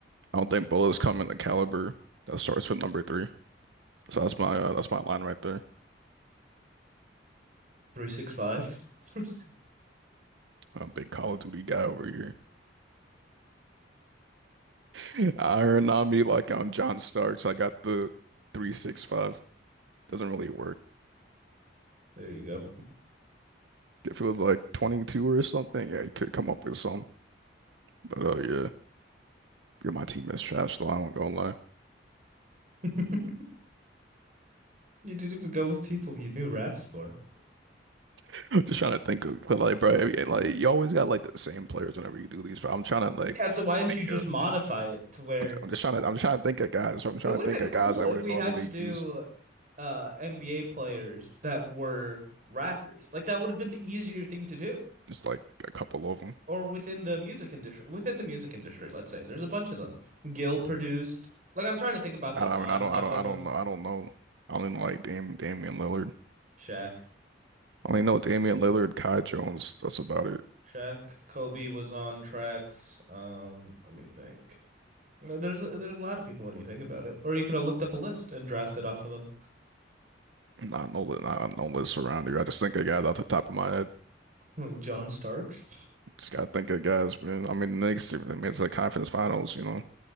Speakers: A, on the right; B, on the right.
A: I don't think bullets come in the caliber that starts with number three. So that's my uh, that's my line right there.
B: Three six five. <laughs>
A: I'm a big Call of Duty guy over here. <laughs> Iron on me like I'm John Starks. I got the 365. Doesn't really work.
B: There you go.
A: If it was like 22 or something, yeah, you could come up with some. But uh, yeah, you're my team is trash, though. I won't go and lie.
B: <laughs> You didn't even go with people you knew raps for.
A: <laughs> Just trying to think of 'cause, like, bro, every- like you always got like the same players whenever you do these. But I'm trying to like
B: Yeah, so why didn't
A: think
B: you just
A: of.
B: modify it to where
A: I'm just, I'm just trying to. I'm just trying to think of guys. I'm trying
B: it would
A: to
B: have
A: think
B: been
A: of
B: cool
A: guys I
B: if
A: wouldn't
B: we
A: normally
B: had to do
A: use
B: uh NBA players that were rappers. Like that would have been the easier thing to do.
A: Just like a couple of them.
B: Or within the music industry, within the music industry, let's say. There's a bunch of them. Gil produced. Like I'm trying to think about
A: I,
B: the non-popular
A: I mean, I don't, I don't, I
B: ones.
A: don't know. I don't know. I only know like Dam Damian Lillard.
B: Shaq.
A: I only know Damian Lillard, Kai Jones. That's about it.
B: Shaq, Kobe was on tracks. Um, let me think. No, There's a, there's a lot of people when you think about it. Or you could have looked up a list and drafted off of them.
A: Not no, li- not no list around here. I just think of guys off the top of my head.
B: Like John Starks.
A: Just gotta think of guys, man. I mean, the Knicks. I mean, it's the conference finals. You know,